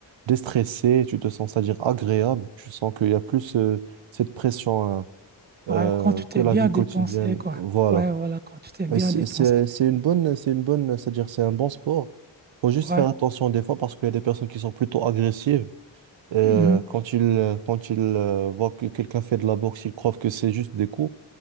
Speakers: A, on the right (about 80°); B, on the right (about 20°).
A: déstressé, tu te sens, c'est-à-dire agréable, tu sens qu'il y a plus euh, cette pression hein, euh,
B: ouais, quand tu t'es
A: que la
B: bien
A: vie
B: dépensé,
A: quotidienne,
B: quoi.
A: voilà.
B: Ouais, voilà, quand tu t'es bien
A: Et C'est
B: dépensé.
A: c'est- c'est une bonne, c'est une bonne, c'est-à-dire c'est un bon sport, faut juste
B: Ouais,
A: faire attention des fois parce qu'il y a des personnes qui sont plutôt agressives euh,
B: mhm,
A: quand ils, quand ils euh, voient que quelqu'un fait de la boxe, ils croient que c'est juste des coups.